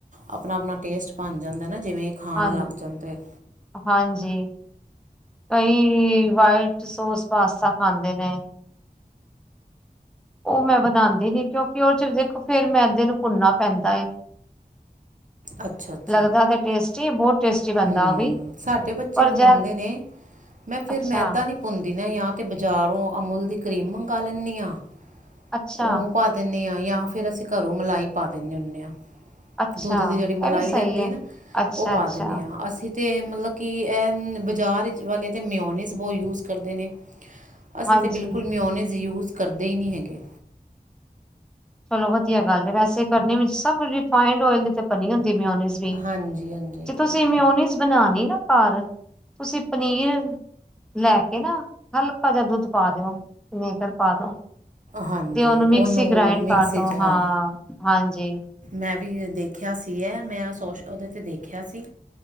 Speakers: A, on the right; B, in the centre.
A: ਆਪਣਾ- ਆਪਣਾ ਟੇਸਟ ਬਣ ਜਾਂਦੈ ਨਾ, ਜਿਵੇਂ ਖਾਣ
B: ਹਾਂ
A: ਲੱਗ ਜਾਂਦੇ ਨੇ।
B: ਹਾਂਜੀ, ਕਈ ਵਾਈਟ ਸੋਸ ਪਾਸਤਾ ਖਾਂਦੇ ਨੇ। ਓਹ ਮੈਂ ਬਣਾਂਦੀ ਨੀ, ਕਿਉਂਕਿ ਓਦਚ ਦੇਖੋ ਫੇਰ ਮੈਂਦੇ ਨੂੰ ਭੁੰਨਨਾ ਪੈਂਦਾ ਏ।
A: <inaudible> ਅੱਛਾ-ਅੱਛਾ,
B: ਲੱਗਦਾ ਤੇ ਟੇਸਟੀ ਬਹੁਤ ਟੇਸਟੀ ਬਣਦਾ
A: ਹੂਂ
B: ਉਹ ਵੀ
A: ਸਾਡੇ ਬੱਚੇ
B: ਪਰ
A: ਵੀ
B: ਜ
A: ਮੰਗਦੇ ਨੇ। ਮੈਂ, ਫਿਰ
B: ਅੱਛਾ
A: ਮੈਦਾ ਨੀ ਭੁੰਦੀ ਨਈ ਯਾਂ ਤੇ ਬਾਜ਼ਾਰੋਂ ਅਮੁਲ ਦੀ ਕਰੀਮ ਮੰਗਵਾ ਲੈਂਣੀ ਆਂ,
B: ਅੱਛਾ
A: ਓ ਪਾ ਦੇੱਣੇ ਆਂ, ਜਾਂ ਫੇਰ ਅਸੀਂ ਘਰੋਂ ਮਲਾਈ ਪਾ ਦੇੱਦੇ ਹੁੰਣੇ ਆਂ।
B: ਅੱਛਾ
A: ੳਸਦੀ ਜੇਹੜੀ ਮਲਾਈ
B: ਇਹ ਵੀ ਸਹੀ
A: ਲੈਦੀ
B: ਹੈ
A: ਏ ਨਾ,
B: ਅੱਛਾ
A: ਓ ਪਾ
B: ਅੱਛਾ
A: ਦੇੱਣੇ ਆ ਅਸੀਂ। ਤੇ ਮਤਲਬ ਕਿ, ਐ ਬਜ਼ਾਰ ਇਚ ਵਾਲੇ ਤੇ ਮਿਓਨੀਜ਼ ਬਹੁਤ ਯੂਜ ਕਰਦੇ ਨੇ। ਅਸੀਂ,
B: ਹਾਂਜੀ
A: ਤਾਂ ਬਿਲਕੁਲ ਮਿਓਨਿਜ਼ ਯੂਜ ਕਰਦੇ ਈ ਨੀ ਹੈਗੇ।
B: ਚਲੋ ਵਧੀਆ ਗੱਲ ਐ, ਵੈਸੇ ਕਰਨੇ ਵੀ ਸਭ ਰਿਫਾਈਂਡ ਔਏਲ ਦੇ ਚਕ ਭਨੀ ਹੁੰਦੀ ਮਿਉਨਿਜ਼ ਵੀ,
A: ਹਾਂਜੀ ਹਾਂਜੀ
B: ਜੇ ਤੁ ਜੇ ਮਿਊਨੀਜ਼ ਬਣਾਣੀ ਨਾ ਘਰ, ਤੁਸੀਂ ਪਨੀਰ ਲੈ ਕੇ ਨਾ, ਹਲਕਾ ਜੇਹਾ ਦੁੱਧ ਪਾ ਦੇਓ, ਵੀਨੇਗਰ ਪਾ ਦੋ।
A: ਹਾਂਜੀ,
B: ਤੇ ਉਹਨੂੰ
A: ਉੱਨੂੰ
B: ਮਿਕਸੀ ਗ੍ਰਾਇੰਡ
A: ਮਿਕਸੀ
B: ਕਰ ਦੋ
A: ਚ ਹਾਂ।
B: ਹਾਂਜੀ
A: ਮੈਂ ਵੀ ਦੇਖਿਆ ਸੀ ਐ, ਮੈਂ ਸੋਸ਼ ਓਹਦੇ ਤੇ ਦੇਖਿਆ ਸੀ,